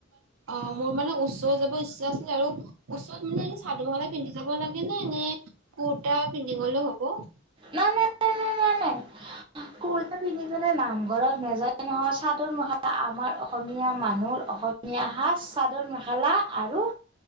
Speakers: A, on the right (about 80°); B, on the right (about 25°).
A: অঁ, মোৰ মানে ওচ্‌ চাব যাবৰ ইচ্ছা আছিলে আৰু ওচৰত মানে এ চাদৰ মেখেলা পিন্ধি যাব লাগে নে? নে কুৰ্তা পি পিন্ধি গ'লেও হ'ব।
B: নাই, নাই, নাই, নাই, নাই, নাই। কুুৰ্টা পিন্ধিপেলাই নামঘৰত নেযায় নহয় চ্‌ চাদৰ -মেখেলা আমাৰ অস্‌ অসমীয়া মানুহৰ, অসমীয়া সাজ, চাদৰ -মেখেলা আৰু